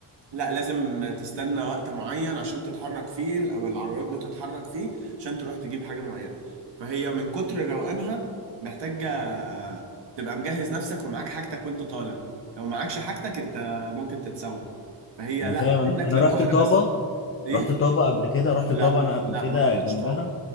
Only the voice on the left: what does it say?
انا
فاهم انا
انا
رحت طابه
رحت طابه قبل كده رحت
طابه انا قبل
كده
جنبها